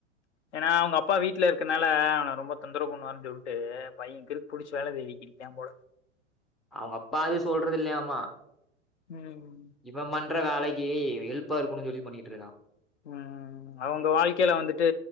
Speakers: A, on the left; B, in the centre.
A: ஏன்னா அவுங்கப்பா வீட்ல இருக்கனால அவன ரொம்ப தொந்தரவு பண்ணுவானு சொல்ட்டு பை கிருக் புடிச்சு வேல தேடிக்கிறிக்கான் போல
B: அவுங்கப்பாவே சொல்றதில்லயாமா
A: ம்
B: இவன் பண்ற வேலைக்கி ஹெல்ப்பா இருக்கனு சொல்லி பண்ணிட்ருக்கா
A: ம் அவுங்க வாழ்க்கைல வந்துட்டு